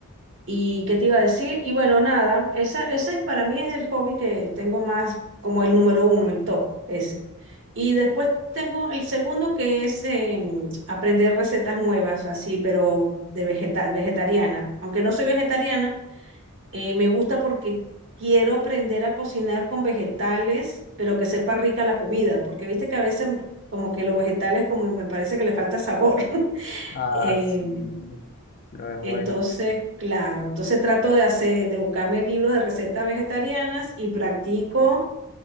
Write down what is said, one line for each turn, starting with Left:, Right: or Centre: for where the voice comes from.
Right: ¿Y qué te iba a decir? Y bueno, nada, esa, ese para mí es el hobby que tengo más como el número uno, el top, ese. Y después tengo el segundo que es eh, aprender recetas nuevas, así, pero de vegeta vegetariana. Aunque no soy vegetariana, eh, me gusta porque quiero aprender a cocinar con vegetales, pero que sepa rica la comida, porque viste que a veces como que los vegetales como me parece que le falta sabor. <laughs>
Left: Ah,
Right: Em,
Left: sí. Luego
Right: entonces,
Left: el,
Right: claro, entonces trato de hacer, de buscarme libros de recetas vegetarianas y practico